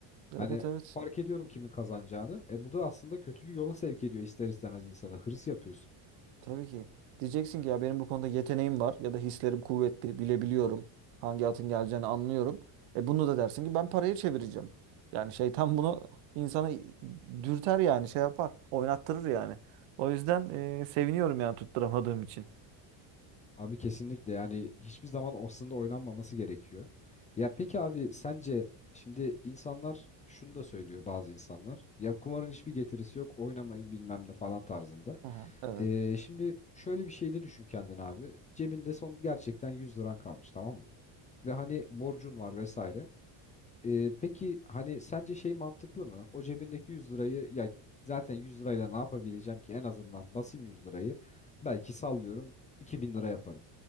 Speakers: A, on the right; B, on the left.
A: Evet
B: hani
A: evet.
B: fark ediyorum kimin kazanacağını. E bu da aslında kötü bir yola sevk ediyor ister istemez insana hırs yapıyorsun.
A: Tabii ki. Diyeceksin ki ya benim bu konuda yeteneğim var ya da hislerim kuvvetli. Bilebiliyorum. Hangi atın geleceğini anlıyorum. E bunu da dersin ki ben paraya çevireceğim. Yani şeytan bunu insana dürter yani şey yapar. Oynattırır yani. O yüzden e, seviniyorum yani tutturamadığım için.
B: Abi kesinlikle yani hiçbir zaman aslında oynanmaması gerekiyor. Ya peki abi sence şimdi insanlar şunu da söylüyor bazı insanlar. Ya kumarın hiçbir getirisi yok oynamayın bilmem ne falan tarzında.
A: Aha, evet.
B: Ee, şimdi şöyle bir şey de düşün kendin abi. Cebinde son gerçekten 100 liran kalmış tamam mı? Ve hani borcun var vesaire. Ee, peki hani sence şey mantıklı mı? O cebindeki 100 lirayı ya zaten 100 lirayla ne yapabileceğim ki? En azından basayım 100 lirayı. Belki sallıyorum 2000 lira yaparım.